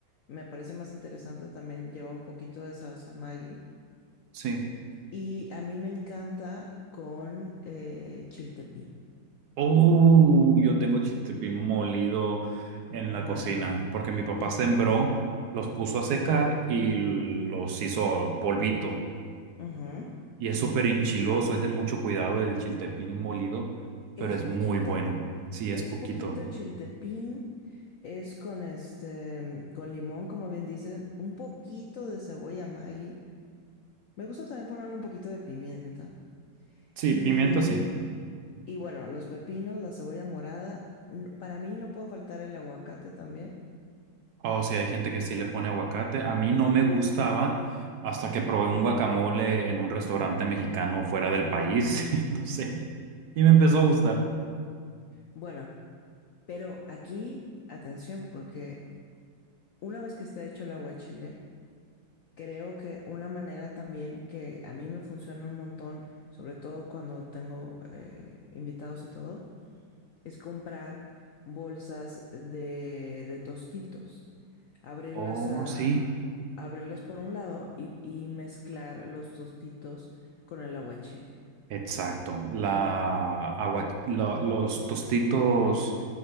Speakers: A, on the left; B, on the right.
A: me parece más interesante también lleva un poquito de salsa Maggi.
B: Sí.
A: Y a mí me encanta con eh, chiltepín.
B: Oh, yo tengo chiltepín molido en
A: Ajá.
B: la cocina porque mi papá
A: Eh,
B: sembró, los puso a secar y los hizo polvito.
A: ujú.
B: Y es súper enchiloso, es de mucho cuidado el chiltepín molido,
A: Es
B: pero es
A: poquito.
B: muy bueno. Sí,
A: Es
B: es poquito.
A: poquito chiltepín. Es con este, con limón, como bien dicen, un poquito de cebolla Maggi. Me gusta también ponerle un poquito de pimienta.
B: Sí,
A: Y
B: pimienta sí.
A: Y bueno, los pepinos, la cebolla morada. n- Para mí no puede faltar el aguacate también.
B: O sí, hay gente que sí le pone aguacate. A mí no me gustaba hasta que probé un guacamole en un restaurante mexicano fuera del país, <laughs> no sé, y me empezó a gustar.
A: Bueno, pero aquí, atención, porque una vez que está hecho el aguachile, creo que una manera también que a mí me funciona un montón, sobre todo cuando tengo eh, invitados y todo, es comprar bolsas de, de tostitos, abrirlas
B: Oh,
A: a,
B: sí.
A: abrirlas por un lado y, y mezclar los tostitos con el aguachile.
B: Exacto. La agua, la- los tostitos,